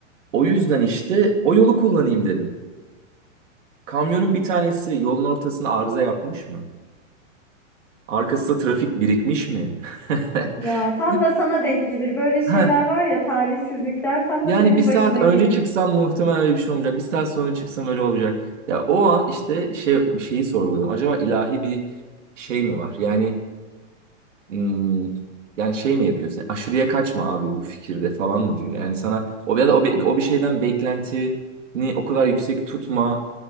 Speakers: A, on the right; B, in the centre.
A: O yüzden işte o yolu kullanayım dedim. Kamyonun bir tanesi yolun ortasına arıza yapmış mı? Arkasında trafik birikmiş mi? <laughs>
B: Ya tam
A: Ya-
B: da sana denk gelir böyle şeyler
A: Heh.
B: var ya talihsizlikler tam da
A: Yani
B: senin
A: bir saat
B: başına gelir.
A: önce çıksam muhtemelen öyle bir şey olmayacak. Bir saat sonra çıksam öyle olacak. Ya o an işte şey bir şeyi sorguluyorum. Acaba ilahi bir şey mi var? Yani Hmm, yani şey mi yapıyorsun? Aşırıya kaçma abi bu fikirde falan mı diyor? Yani sana o ya da o, be- o bir şeyden beklentini o kadar yüksek tutma.